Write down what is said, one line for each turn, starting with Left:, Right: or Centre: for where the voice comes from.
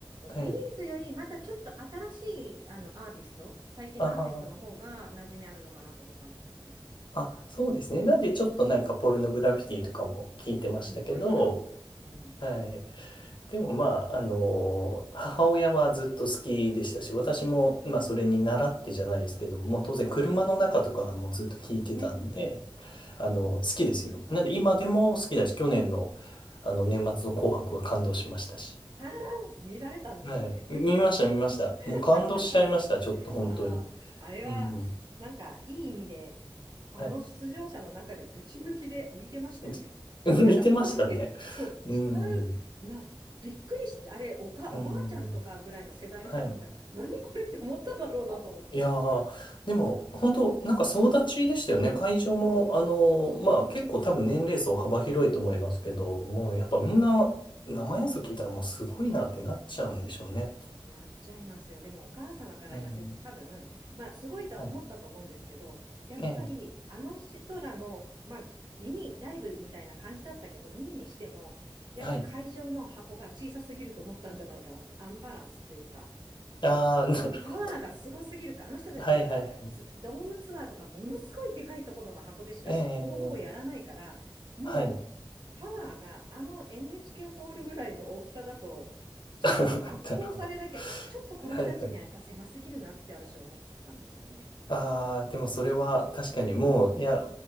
Left: はい。
Right: ビーズよりまたちょっと新しい、あの、アーティスト、最近のアーティストの方が馴染みあるのかなと思ったんですけどね。
Left: ああ。あ、そうですね。なんでちょっとなんかポルノグラフィティとかも聞いてましたけど、
Right: うん、ポルノは、うん、
Left: はい。でもまあ、あの、母親はずっと好きでしたし、私もまあそれに習ってじゃないですけど、もう当然車の中とかもずっと聞いてたんで、
Right: うん、<laughs>
Left: あの、
Right: うん。
Left: 好きですよ。なんで今でも好きだし、去年のあの年末の紅白は感動しましたし。
Right: <laughs> ああ、見られたんですね。
Left: はい。見ました、見ました。もう感動しちゃいました、
Right: <laughs>
Left: ちょっと本当に。
Right: あーあれは、
Left: うん。
Right: なんか、いい意味で、あの出場者の中でぶち抜きで浮いてましたよね。
Left: はい。<laughs> 見てましたね。
Right: なんか、ここだけ、そう、
Left: うん。
Right: 違う、な、びっくりして、あれ、おか、
Left: うん。
Right: おばあちゃんとかぐらいの世代の人が見たら、
Left: はい。
Right: 何これって思っただろうなと思って。
Left: いやー、でも、本当なんか総立ちでしたよね。会場も、
Right: そ
Left: あのーまあ結構多分年齢層幅広いと思いますけど、
Right: う、うん、うん、
Left: もうやっぱみんな生演奏聞いたらもうすごいなってなっちゃうんでしょうね。
Right: うん。なっちゃいますよ。でもお母様から言わせると多分、
Left: うん。
Right: まあすごいとは思ったと思うんですけど、
Left: はい。
Right: やっぱりあの人らの、
Left: ええ。
Right: まあミニライブみたいな感じだったけど、ミニにしても、やっぱ会場の箱が小さすぎると思ったんじゃないかなって、
Left: はい。
Right: アンバランスというか、
Left: ああ、
Right: あの、
Left: なるほど。
Right: パワーがすごすぎるから、あの人たちはほら、
Left: はいはいはい。
Right: ツドームツアーとかものすごいでかいところの箱でしかほぼほぼやらないから、
Left: ええ、
Right: もう、
Left: はい。
Right: パワーがあの NHK ホールぐらいの大きさだとちょっと圧倒されるだけ、
Left: <laughs> なるほど。
Right: ちょっとこの人たちにはやっぱ狭すぎるなって私思ったんですよね。
Left: はいはい。ああ、でもそれは確かにもう、
Right: あー
Left: いや、